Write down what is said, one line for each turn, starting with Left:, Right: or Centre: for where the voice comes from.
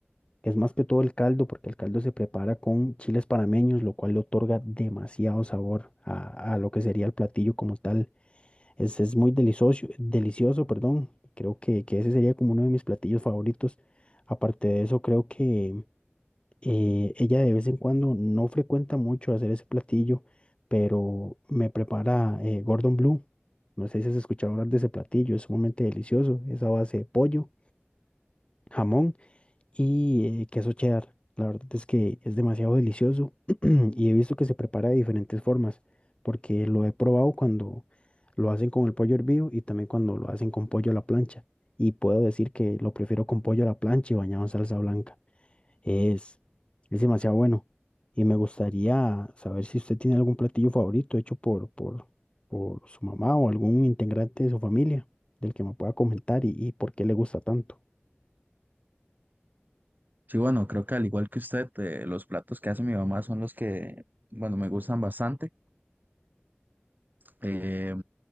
Left: es más que todo el caldo, porque el caldo se prepara con chiles panameños, lo cual le otorga demasiado sabor a, a lo que sería el platillo como tal. Es, es muy delicioso, delicioso, perdón. Creo que, que ese sería como uno de mis platillos favoritos. Aparte de eso, creo que eh, ella de vez en cuando no frecuenta mucho hacer ese platillo, pero me prepara eh, Gordon Blue. No sé si has escuchado hablar de ese platillo, es sumamente delicioso. Es a base de pollo, jamón y eh, queso cheddar. La verdad es que es demasiado delicioso <clears throat> y he visto que se prepara de diferentes formas, porque lo he probado cuando lo hacen con el pollo hervido y también cuando lo hacen con pollo a la plancha. Y puedo decir que lo prefiero con pollo a la plancha y bañado en salsa blanca. Es, es demasiado bueno. Y me gustaría saber si usted tiene algún platillo favorito hecho por, por, por su mamá o algún integrante de su familia del que me pueda comentar y, y por qué le gusta tanto.
Right: Sí, bueno, creo que al igual que usted, eh, los platos que hace mi mamá son los que, bueno, me gustan bastante. Eh,